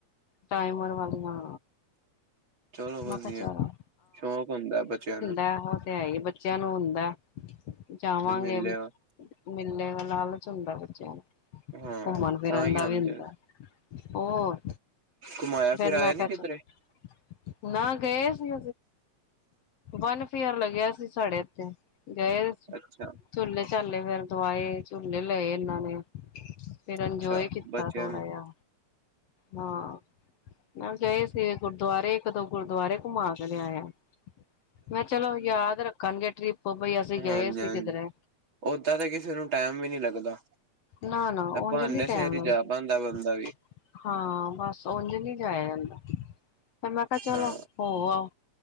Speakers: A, on the left (about 60°); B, on the right (about 45°).
A: ਟਾਈਮਰ ਵਾਲੀਆਂ,
B: ਚਲੋ ਵਧੀਆ
A: ਮੈਂ ਕਾ ਚਲੋ
B: ਸ਼ੌਕ ਹੁੰਦਾ ਬੱਚਿਆਂ ਨੂੰ
A: ਉਹ ਤੇ ਹੈ ਹੀ ਬੱਚਿਆਂ ਨੂੰ ਹੁੰਦਾ ਜਾਵਾਂਗੇ।
B: ਮਿਲਿਆ
A: ਮੇਲੇ ਦਾ ਲਾਲਚ ਹੁੰਦਾ ਬੱਚਿਆਂ ਨੂੰ
B: ਹਾਂ
A: ਘੁੰਮਣ ਫਿਰਨ
B: ਤਾਂ ਹੀ
A: ਦਾ
B: ਆਉਂਦੇ
A: ਵੀ ਹੁੰਦਾ।
B: ਨੇ
A: ਹੋਰ
B: ਘੁਮਾਇਆ
A: ਫਿਰ
B: ਆਇਆ
A: ਮੈਂ ਕਿਹਾ
B: ਨੀ ਕਿਧਰੇ
A: ਚਲੋ। ਨਾ ਗਏ ਅਸੀਂ। ਫਨ ਫੇਅਰ ਲੱਗਿਆ ਸੀ ਸਾਡੇ ਤੇ ਗਏ।
B: ਅੱਛਾ
A: ਝੂਲੇੇ-ਝਾਲੇ ਫੇਰ ਦਵਾਏ ਝੂਲੇ ਲਏ ਇਹਨਾਂ ਨੇ। ਫਿਰ
B: ਅੱਛਾ
A: ਇੰਜੁਆਏ ਕੀਤਾ
B: ਬੱਚਿਆਂ
A: ਥੋੜ੍ਹਾ
B: ਨੇ
A: ਜਿਹਾ। ਹਾਂ, ਗਏ ਸੀ ਗੁਰਦੁਆਰੇ ਇੱਕ-ਦੋ ਗੁਰਦੁਆਰੇ ਘੁਮਾ ਕੇ ਲਿਆਏ ਆ। ਮੈਂ ਕਿਹਾ ਚਲੋ ਯਾਦ ਰੱਖਣਗੇ ਟ੍ਰਿਪ। ਉਹ ਬਾਈ ਅਸੀਂ
B: ਹਾਂਜੀ
A: ਗਏ ਸੀ
B: ਹਾਂਜੀ
A: ਕਿਧਰੇ।
B: ਓਦਾਂ ਤਾਂ ਕਿਸੇ ਨੂੰ ਟਾਈਮ ਵੀ ਨੀ ਲੱਗਦਾ
A: ਨਾ-ਨਾ ਉਝ
B: ਬਹਾਨੇ
A: ਨੀ
B: ਸਿਰ
A: ਟੈਮ
B: ਹੀ
A: ਲੱਗਦਾ।
B: ਜਾ ਪਾਉਂਦਾ ਬੰਦਾ ਵੀ
A: ਹਾਂ ਬਸ ਉਝ ਨੀ ਜਾਇਆ ਜਾਂਦਾ। ਫਿਰ ਮੈਂ ਕਿਹਾ ਚਲੋ
B: ਹਾਂ
A: ਹੋ ਆਓ।